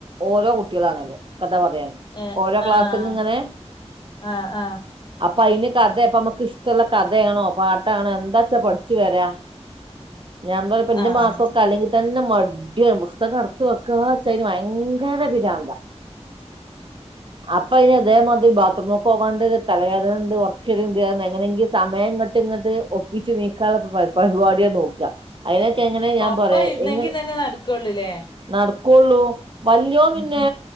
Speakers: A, on the right; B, on the left.
A: ഓരോ കുട്ട്യാളാണല്ലോ കഥ പറയാൻ
B: ഏഹ്
A: ഓരോ ക്ലാസ്സിന്ന്
B: ആഹ്
A: ഇങ്ങനെ
B: ആഹ് ആഹ്
A: അപ്പൊ അയ്ന് കഥേ പ്പമ്മക്ക് ഇഷ്ടള്ള കഥേണോ പാട്ടാണ് എന്താച്ചാ പട്ച്ചു വരാ. ഞാം മ്പ പ്പന്റെ
B: ആഹ്
A: മകക്കെക്കേ അല്ലെങ്കി തന്നെ മടിയാ ബുസ്തകം അട്ത്ത് വെക്ക്ആച്ചയ്ന് വയങ്കര പിരാ അപ്പൊ അയ്ന് തേ മാതിരി ബാത്റൂമ്ക്കോവാണ്ട് തലവേദനണ്ട് ഒർക്കെര്ണ്ട്ർഞ് എങ്ങനെങ്കി സാ വേം ഇങ്ങട്ട് ഇങ്ങട്ട് ഒപ്പിച്ച് നീക്കാള്ള പര് പര് വാടിയാ നോക്ക്ആ. അയ്‌നൊക്കെ എങ്ങനെ ഞാം
B: ഒപ്പം
A: പറയാ
B: ഇരുന്നെങ്കി
A: എങ്ങ
B: തന്നെ നടക്കൊള്ളൂല്ലേ
A: ന്നട്ക്കോള്ളൂ വല്ല്യോൻ പിന്നെ
B: ആഹ്